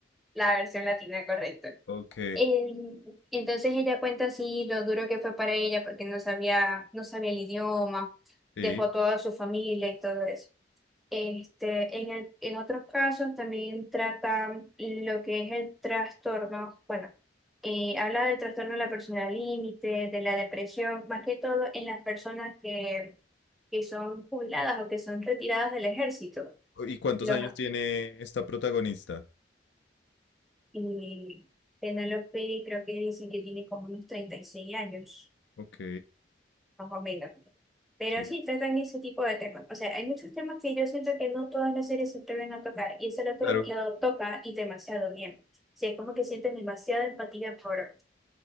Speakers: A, in the centre; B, on the left.
A: la versión latina correcto
B: Ok,
A: Em, entonces ella cuenta así lo duro que fue para ella porque no sabía, no sabía el idioma,
B: sí.
A: dejó toda su familia y todo eso. Este, en el- en otros casos también trata lo que es el trastorno, bueno, eh, habla del trastorno de la personalidad límite, de la depresión, más que todo en las personas que, que son jubiladas o que son retiradas del ejército.
B: ¿Y cuántos
A: Los,
B: años tiene esta protagonista?
A: y Penélope creo que dicen que tiene como unos treinta y seis años.
B: Ok,
A: más o menos. Pero
B: sí.
A: sí tratan ese tipo de temas. O sea, hay muchos temas que yo siento que no todas las series se atreven a tocar y ese lo, tro-
B: Claro.
A: lo toca y demasiado bien. O sea, es como que sientes demasiada empatía por,